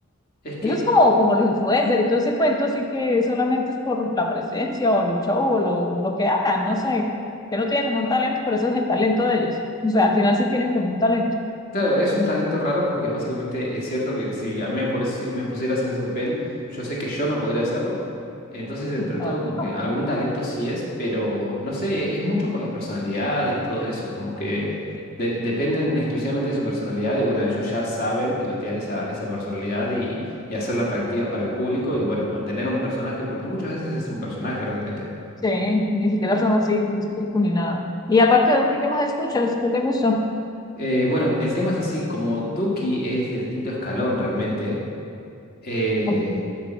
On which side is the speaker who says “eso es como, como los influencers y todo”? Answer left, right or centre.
Left